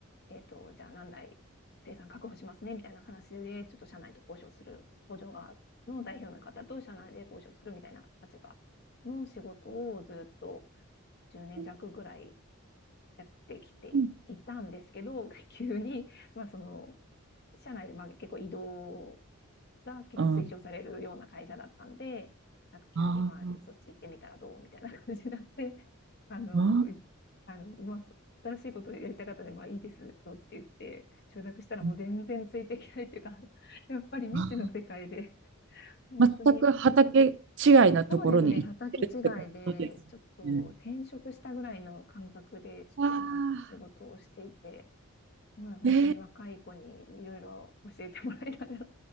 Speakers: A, on the left; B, on the right.
A: えっと、じゃあ何台生産確保しますね、みたいな話で、ちょっと社内と交渉する、工場側の代表の方と社内で交渉するみたいな立場の仕事をずっと10年弱ぐらい
B: ー、うん
A: やってきていたんですけど、
B: うん。
A: 急に、まあその、社内でまあ結構移動が結構推奨されるような会社だったんで、
B: ああ、
A: なんか急にまあ、
B: あ
A: そっち行ってみたらどうみたいな感じになって、<laughs> あの、
B: あ
A: いあの、まあ、新しいことやりたかったので、まあいいですよって言って、承諾したらもう全然ついていけないっていうか、
B: うん
A: <laughs> やっぱり未知の世界で、
B: あ
A: 本当に、
B: ー、全く畑違いなところに行ってるってことですね。
A: そうですね、畑違いで、ちょっと転職したぐらいの感覚で、ちょっと今仕事をしていて、
B: わあ、
A: まあ、本当に若い子にいろいろ教えてもらいなが
B: えー、